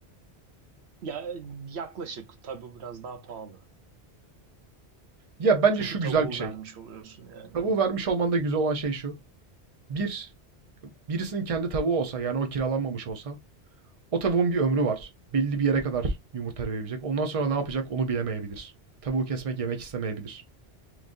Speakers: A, on the right; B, on the right.
A: Ya yaklaşık tabii biraz daha pahalı.
B: Ya, bence
A: Çünkü
B: şu
A: tavuğu
B: güzel bir şey.
A: vermiş oluyorsun yani.
B: Tavuğu
A: Hani.
B: vermiş olmanda güzel olan şey şu. bir birisinin kendi tavuğu olsa, yani o kiralanmamış olsa, o tavuğun bir ömrü var. Belli bir yere kadar yumurta verebilecek. Ondan sonra ne yapacak onu bilemeyebilir. Tavuğu kesmek, yemek istemeyebilir.